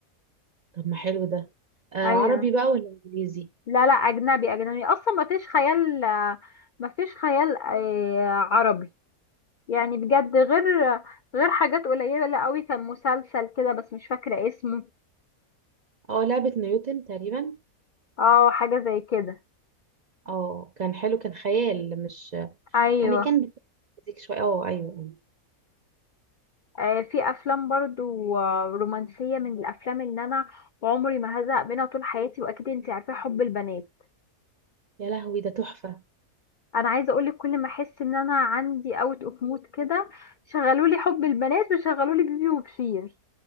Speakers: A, on the right; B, on the left.
A: طب ما حلو ده آه
B: ايوه
A: عربي بقى ولا انجليزي
B: لا لا اجنبي اجنبي اصلا ما فيش خيال ما فيش خيال آه، عربي يعني بجد غير غير حاجات قليلة قوي كان مسلسل كده بس مش فاكرة اسمه
A: اه لعبة نيوتن تقريبا
B: اه حاجة زي كده
A: اه كان حلو كان خيال مش
B: ايوه
A: يعني كان بيتمزج شويه اه ايوه ايوه
B: آه في افلام برضو آه، رومانسية من الافلام اللي انا عمري ما هزهق منها طول حياتي واكيد انتي عارفة حب البنات
A: يا لهوي ده تحفه
B: انا عايزة اقولك كل ما احس ان انا عندي اوت اوف مود كده شغلولي حب البنات وشغلولي بيبي وبشير